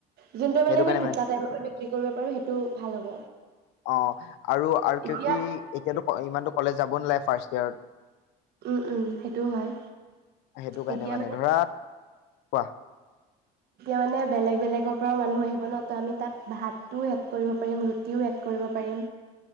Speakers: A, on the right; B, on the left.
A: যোনটো
B: সেইটো
A: মানে আমি
B: কাৰণে
A: দুট টাইমত। কি কৰিব পাৰো। সেইটো ভাল হ'ব,
B: অ আৰু আৰু কি
A: এতিয়া
B: কি এতিয়াতো ক- ইমানতো কলেজ যাব নালাগে ফাৰ্ষ্ট ইয়েৰ
A: ও ও সেইটো হয়
B: সেইটো কাৰণে
A: এতিয়া
B: মানে ধৰা কোৱা
A: মানে বেলেগ বেলেগ ওপৰত। মানুহ আহিব ন তো আমি তাত। ভাতো এড কৰিব পাৰিম, ৰুটিও এড কৰিব পাৰিম।